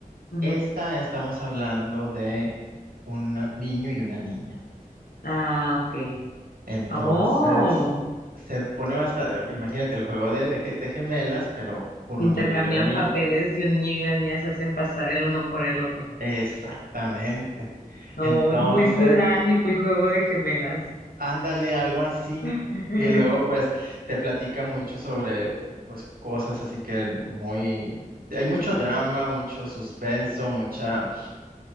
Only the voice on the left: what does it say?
Ujú.
Ah, ok.
Oh,
intercambian
papeles y un niño y una niña se hacen pasar el uno por el otro.
Oh,
muy Mulan y muy Juego de Gemelas.
<laughs>